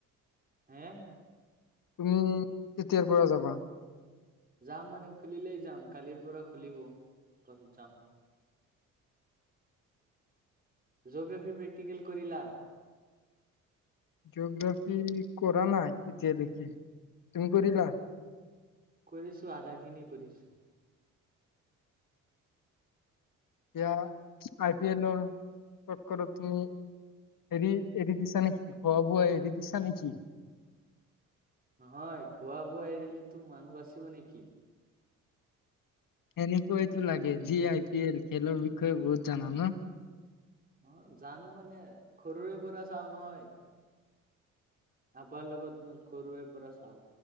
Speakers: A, on the right; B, on the left.
A: হে
B: তুমি তেতিয়াৰ পৰা যাবা
A: যাম মানে খুলিলেই যাম কালিৰ পৰা খুলিব পাছত যাম জ'গ্ৰাফি প্ৰেক্টিকেল কৰিলা
B: জগ্ৰাফিৰ কৰা নাই এতিয়ালৈকে তুমি কৰিলা।
A: কৰিছো আধা খিনি কৰিছো।
B: এতিয়া আই পি এলৰ তৎকত তুমি হেৰি এৰি দিছা নেকি খোৱা বোৱা এৰি দিছা নেকি
A: নহয় খোৱা বোৱা এৰিলে তো মানুহ বাচিব নেকি।
B: সেনেকুৱাইটো লাগে যি আই পি এল খেলৰ বিষয়ে বহুত জানা ন
A: অ জানো মানে সৰুৰে পৰা চাও নহয় আবাৰ লগত সৰুৰে পৰা চাও।